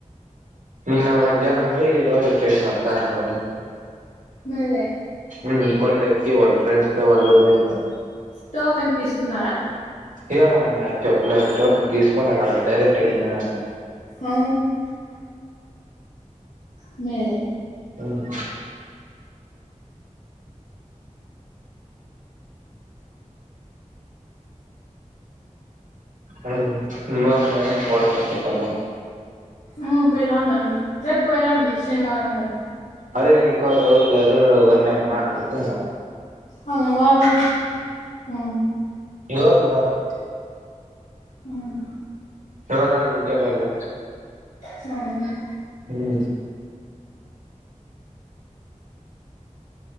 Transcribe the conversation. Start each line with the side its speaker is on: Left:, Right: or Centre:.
Right: నిన్న మధ్యాహ్నం పోయి ఈ రోజ్ ఓచ్చేశ్నడ్ సాయంత్రం.
Left: మల్లె
Right: ఊమ్ కొండ్ ఎక్కి వాళ్ళ్ ఫ్రెండ్స్ తో వాళ్ళురు వెళ్తన్
Left: టోకన్ తీస్కున్నారా?
Right: ఏమోనండి అద్ చేప్ప్లేద్ టోకన్ తీస్కోలేగ డైరెక్ట్ ఎళ్ళిపోయినారు
Left: ఆ ఉన్నాయిలే
Right: ఊమ్ కాదు <unintelligible> వాళ్ అన్కూటన్న
Left: ఆ పోయిరండండి రేప్ పోయిరండి శనివారం కదా
Right: అదే ఇంకోరు ఎవర్లేరు ఒకొనే ఉన్న అందుకే ఇంగ
Left: అవున్వాళ్లు మ్
Right: ఇగోన్ గారు
Left: హ్మ్
Right: ఎవరన్న ఉంటే వలక్ చ్
Left: సరే
Right: హ్మ్